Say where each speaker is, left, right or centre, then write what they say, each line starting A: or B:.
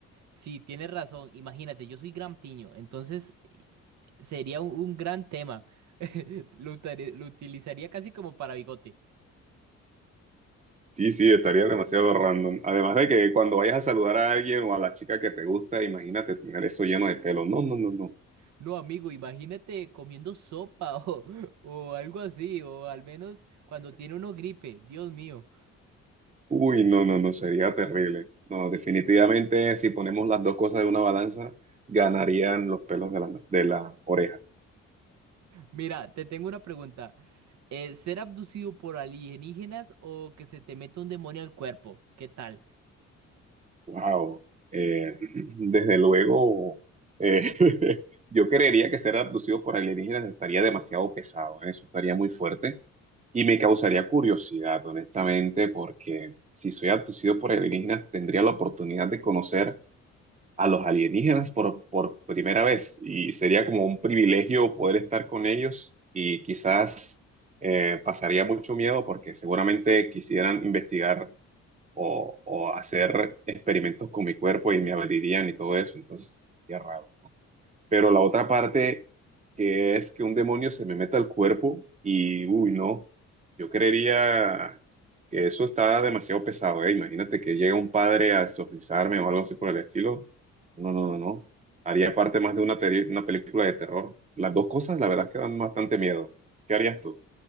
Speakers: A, on the right; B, on the right.
A: Sí, tienes razón. Imagínate, yo soy gran piño, entonces i- sería un, un gran tema. <laughs> Lo, utare- lo utilizaría casi como para bigote.
B: Sí, sí, estaría demasiado random. Además de que cuando vayas a saludar a alguien o a la chica que te gusta, imagínate tener eso lleno de pelo. No, no, no, no.
A: No, amigo, imagínate comiendo sopa <laughs> o, o algo así, o al menos cuando tiene uno gripe, Dios mío.
B: Uy, no, no, no, sería terrible. No, definitivamente si ponemos las dos cosas de una balanza, ganarían los pelos de la, de la oreja.
A: Mira, te tengo una pregunta. Eh, ¿ser abducido por alienígenas o que se te meta un demonio al cuerpo? ¿Qué tal?
B: Wow. Eh, <clears throat> desde luego, eh, <laughs> yo creería que ser abducido por alienígenas estaría demasiado pesado, ¿eh? Eso estaría muy fuerte y me causaría curiosidad, honestamente, porque si soy abducido por alienígenas, tendría la oportunidad de conocer a los alienígenas por, por primera vez y sería como un privilegio poder estar con ellos y quizás eh, pasaría mucho miedo porque seguramente quisieran investigar o, o hacer experimentos con mi cuerpo y me abrirían y todo eso, entonces sería raro. Pero la otra parte que es que un demonio se me meta al cuerpo y, uy, no, yo creería que eso está demasiado pesado, ¿eh? Imagínate que llega un padre a exorcizarme o algo así por el estilo. No, no, no, no. Haría parte más de una, teri- una película de terror. Las dos cosas, la verdad, es que dan bastante miedo. ¿Qué harías tú?